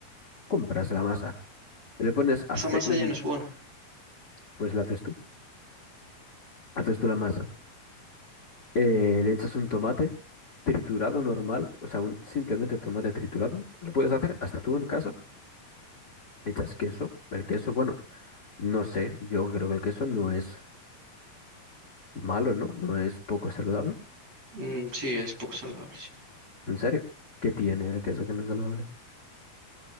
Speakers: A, on the left; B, on the right.
A: compras la masa. Le pones hace
B: esa masa
A: un...
B: ya no es buena.
A: Pues la haces tú. Haces tú la masa. Eh, le echas un tomate triturado normal. O sea, un simplemente tomate triturado. Lo puedes hacer hasta tú en casa. Le echas queso. El queso, bueno, no sé. Yo creo que el queso no es malo, ¿no? No es poco saludable.
B: Mm, sí, es poco saludable. sí.
A: ¿En serio? ¿Qué tiene el queso que no es saludable?